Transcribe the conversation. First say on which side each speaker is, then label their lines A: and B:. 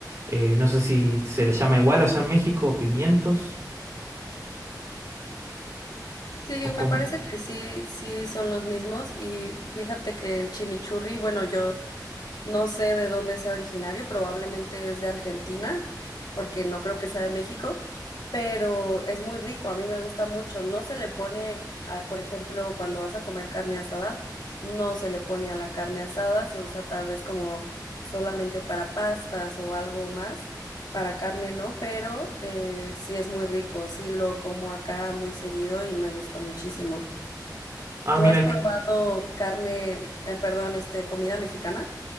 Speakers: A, on the right; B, on the left.
A: Eh, no sé si se les llama igual allá en México, pimientos.
B: Sí,
A: O com-
B: me parece que sí, sí son los mismos. Y fíjate que el chimichurri, bueno, yo no sé de dónde sea originario, probablemente es de Argentina, porque no creo que sea de México, pero es muy rico, a mí me gusta mucho. No se le pone, ah, por ejemplo, cuando vas a comer carne asada, no se le pone a la carne asada, se usa tal vez como solamente para pastas o algo más, para carne no, pero eh, sí es muy rico, sí lo como acá muy seguido y me gusta muchísimo.
A: ah,
B: ¿Tú
A: mira,
B: has probado
A: c-
B: carne, eh, perdón, este, comida mexicana?